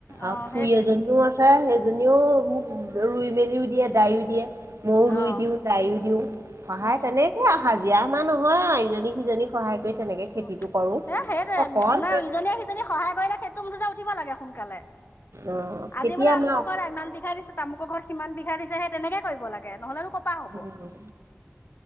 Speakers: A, on the left; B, on the right.
A: অ
B: আৰু
A: সেইটোৱে
B: খুুৰী এজনীও আছে, সেইজনীও মোক ৰুই, মেলিও দিয়ে দাইও দিয়ে। মইও ৰুই
A: অ
B: দিওঁ, তাইও ৰুই দিওঁ সহায়
A: উম
B: তেনেকোৱা। হাজিৰা আমাৰ নহয়, ইজনী সিজনী সহায় কৰি। তেনেকে খেতিটো
A: অ,
B: কৰোঁ।
A: সে সেইটোৱে
B: অকণমান
A: মানে ইজনীয়ে-সিজনীক সহায় কৰিলে সেইটো মুঠতে উঠিব লাগে সোনকালে।
B: অ' খেতি
A: আজি বোলে,
B: আমাৰ
A: আমুকৰ ঘৰত ইমান বিঘাৰ দিছে। তামুকৰ ঘৰ সিমান বিঘা দিছে, সেই তেনেকে কৰিব লাগে নহলেনো কৰপা হ'ব।
B: উম,